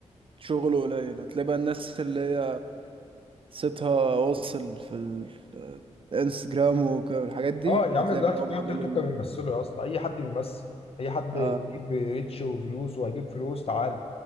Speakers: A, on the right; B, on the left.
A: شغله قليل هتلاقي بقى الناس اللي هي صيتها واصل في ال- الانستجرام وك- والحاجات دي
B: اه يا
A: هتلاقي
B: عم دلوقتي
A: بقى هم
B: بتوع التيك
A: دول
B: توك
A: ال
B: بيمثلوا يا اسطى اي حد بيمثل اي حد
A: اه
B: يجيب ريتش وفيوز وهيجيب فلوس تعالى